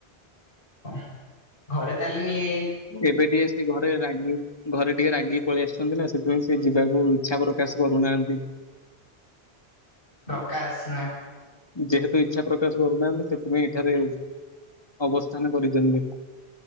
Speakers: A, on the left; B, on the left.
A: <unintelligible> ଘରେ ତାହେଲେ ନିଏ।
B: ଏବେ ଟିକେ ସିଏ ଘରେ ରାଗେ। ଘରେ ଟିକେ ରାଗିକି ପଳେଇ ଆସିଚନ୍ତି ନା ସେଥିପାଇଁ ସିଏ ଯିବାକୁ ଇଚ୍ଛା ପ୍ରକାଶ କରୁନାହାନ୍ତି।
A: ଡକା ଆସ୍ ନା।
B: ଯେହେତୁ ଇଚ୍ଛା ପ୍ରକାଶ କରୁନାହାନ୍ତି ସେଥିପାଇଁ ଏଠାରେ ଅବସ୍ଥାନ କରିଛନ୍ତି।